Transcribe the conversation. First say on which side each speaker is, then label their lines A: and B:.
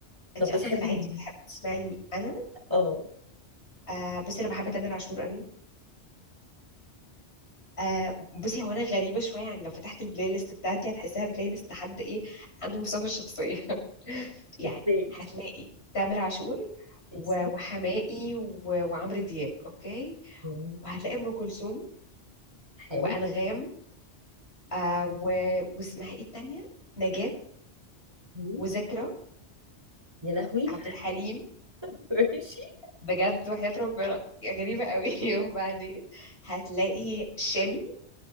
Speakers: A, on the left; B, on the right.
A: انت
B: طب
A: اصلا
B: بتحبي
A: في العادي
B: مين؟
A: بتحب تسمعي لمين انا
B: اه
A: آه بس انا بحب تامر عاشور قوي آه بصي هو انا غريبه شويه يعني لو فتحت البلاي ليست بتاعتي هتحسها بلاي ليست حد ايه عنده مسافه شخصيه <laughs> يعني
B: ازاي؟
A: هتلاقي تامر عاشور و-
B: ماشي
A: وحماقي و- وعمرو دياب اوكي
B: جميل.
A: وهتلاقي ام كلثوم
B: حلو
A: وانغام آه و... واسمها ايه التانية نجاة
B: مم.
A: وذكرى
B: يا لهوي
A: عبد الحليم
B: <laughs> ماشي
A: بجد وحياة ربنا غريبة قوي <laughs> وبعدين هتلاقي شامي